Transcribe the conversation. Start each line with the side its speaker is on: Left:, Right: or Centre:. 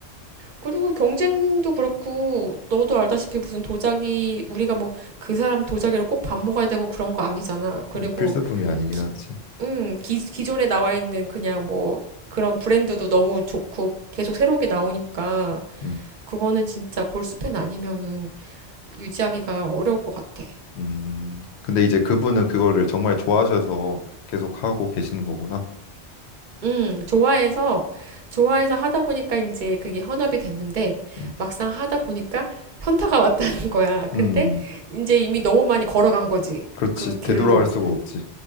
Right: 그리고 경쟁도 그렇고 너도 알다시피 무슨 도자기 우리가 뭐 그 사람 도자기로 꼭 밥 먹어야 되고 그런 거 아니잖아. 그리고
Left: 음, 필수품이 아니긴
Right: 기-
Left: 하지.
Right: 음, 기, 기존에 나와 있는 그냥 뭐 그런 브랜드도 너무 좋고 계속 새로운 게 나오니까
Left: 음,
Right: 그거는 진짜 골수팬 아니면은 유지하기가 어려울 것 같아.
Left: 음, 근데 이제 그분은 그거를 정말 좋아하셔서 계속 하고 계시는 거구나.
Right: 음, 좋아해서, 좋아해서 하다 보니까 이제 그게 현업이 됐는데
Left: 음,
Right: 막상 하다 보니까 현타가 왔다는 거야. 근데
Left: 음,
Right: 이제 이미 너무 많이 걸어간 거지.
Left: 그렇지.
Right: 그 길로.
Left: 되돌아갈 수가 없지.